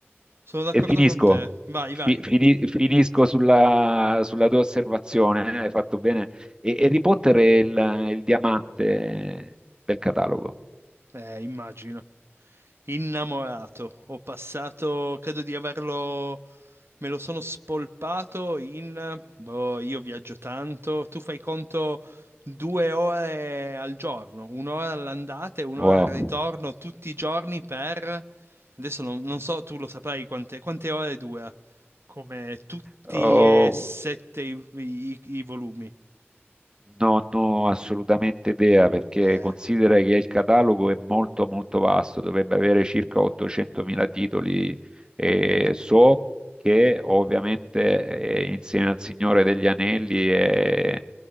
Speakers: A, on the right (about 65°); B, on the right (about 20°).
A: sono d'accordo
B: e finisco,
A: con te. Vai,
B: fi-
A: vai.
B: fini- finisco sulla, sulla tua osservazione, eh, hai fatto bene. E Harry Potter è il, il diamante del catalogo.
A: Eh, immagino. Innamorato. Ho passato, credo di averlo, me lo sono spolpato in, boh, io viaggio tanto, tu fai conto due ore al giorno, un'ora all'andata e un'ora
B: Wow.
A: al ritorno tutti i giorni per, adesso non, non so, tu lo saprai quante, quante ore dura, come tutti
B: Oh,
A: e sette i, i- i volumi.
B: Non ho assolutamente idea perché
A: Eh.
B: considera che il catalogo è molto molto vasto, dovrebbe avere circa 800.000 titoli e so che ovviamente eh, insieme al Signore degli Anelli e